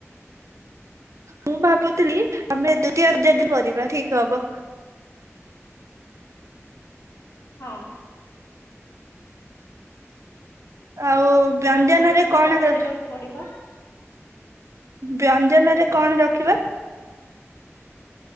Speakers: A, on the right; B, on the left.
A: ମୁଁ ଭାବୁଥିଲି ଆମେ <unintelligible> କରିବା ଠିକ୍ ହବ।
B: ହଁ।
A: ଆଉ ବ୍ୟଞ୍ଜନରେ
B: ସମସ୍ତଙ୍କୁ
A: କଣ
B: ପଚାରିବାକୁ
A: ର
B: ପଡିବ
A: ବ୍ୟଞ୍ଜନରେ କଣ ରଖିବା?